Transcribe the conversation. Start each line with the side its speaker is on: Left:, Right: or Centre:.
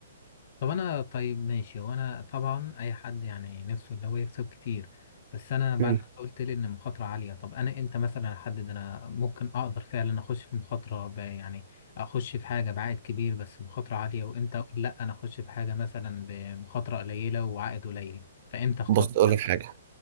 Left: طب انا طيب ماشي وانا طبعا اي حد يعني نفسه ان هو يكسب كتير بس انا بعد
Right: مم.
Left: مم. ما انت قلت لي ان مخاطره عاليه طب انا امتى مثلا احدد انا ممكن اقدر فعلا اخش في مخاطره ب- يعني اخش في حاجه بعائد كبير بس مخاطره عاليه وامتى اقول لا انا اخش في حاجه مثلا بمخاطره قليله وعائد قليل فامتى اختار
Right: بص اقول
Left: ما
Right: لك حاجه